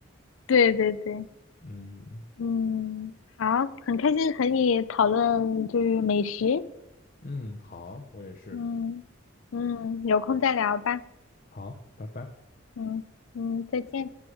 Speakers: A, on the left; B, on the left.
A: 对对对，
B: 嗯
A: 嗯，好，很开心和你讨论就是美食，
B: 嗯，好，我也是。
A: 嗯嗯，有空再聊吧，
B: 好，拜拜。
A: 嗯嗯，再见。